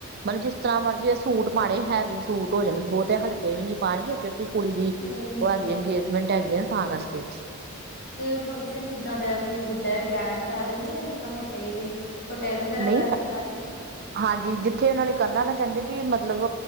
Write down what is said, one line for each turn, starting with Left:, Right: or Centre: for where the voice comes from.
Right: ਮਤਲਬ ਜਿਸ ਤਰ੍ਹਾਂ ਮਰਜ਼ੀ ਸੂਟ ਪਾਉਣੇ ਹੈਵੀ ਸੂਟ ਹੋ ਜਾਣ ਬਹੁਤੇ ਹਲਕੇ ਵੀ ਨਹੀਂ ਪਾਉਣਗੇ ਕਿਉਂਕਿ ਕੁੜੀ ਦੀ
Left: ਹਮ ਹਮ
Right: ਉਹ ਹੈਗੀ ਅੰਗੇਜਮੈਂਟ ਹੈਗੀ ਹੈ ਨਾ ਤਾਂ ਕਰਕੇ
Left: ਤੇ ਫੰਕਸ਼ਨ ਕਿੱਦਾਂ ਦਾ ਕੋਈ ਵੱਡਾ ਗ੍ਰੈਂਡ ਕਰ ਰਹੇ ਨੇ ਜਾਂ ਨਿੱਕਾ ਮੋਟਾ ਕੋਈ ਪੋਟੇਲ ਵਗੈਰਾ
Right: ਨਹੀਂ
Left: ਕਰ ਕਰ ਰਹੇ ਨੇ
Right: ਹਾਂਜੀ ਜਿੱਥੇ ਉਹਨਾਂ ਨੇ ਕਰਨਾ ਨਾ ਕਹਿੰਦੇ ਕਿ ਮਤਲਬ